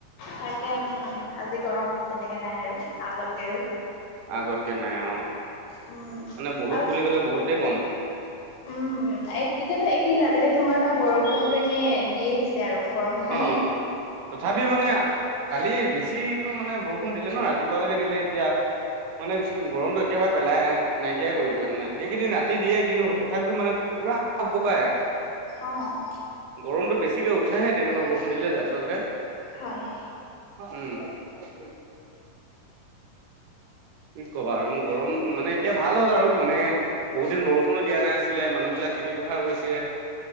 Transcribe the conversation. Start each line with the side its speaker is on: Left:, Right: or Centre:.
Left: তাকে উম। আজি গৰম তেনেকে নাই আৰু আগতকে আৰু।
Right: আগতকে নাই অ',
Left: উম
Right: মানে বহুত
Left: আৰু
Right: বুলি ক'লে বহুতেই কম।
Left: উম এতিয়াতো এইকেইদিন ৰাতিতে তোমাৰ তো বৰষুণ টো এনে দিয়ে দিছে। আৰু গৰমৰ কাৰণে
Right: অ' তথাপিও মানে কালি বেছিটো মানে বৰষুণ দিলে ন ৰাতিপুৱালৈকে দিলে এতিয়া। মানে গৰমটো একেবাৰে পেলাই নাইকিয়াই কৰি দিলে মানে সেইকেইদিন ৰাতি দিয়ে কিন্তু তথাপিও মানে পুৰা গপ গপাই।
Left: অ'।
Right: গৰমটো বেছিকে উঠেহে তেনেকুৱা বৰষুণ দিলে যে আচলতে।
Left: হয়
Right: উম। কি কবা আৰু গৰম মানে এতিয়া ভাল হ'ল আৰু মানে বহুত দিন বৰষুণো দিয়া নাই আছিলে মানুহ বিলাক খেতি পথাৰ কৰিছিল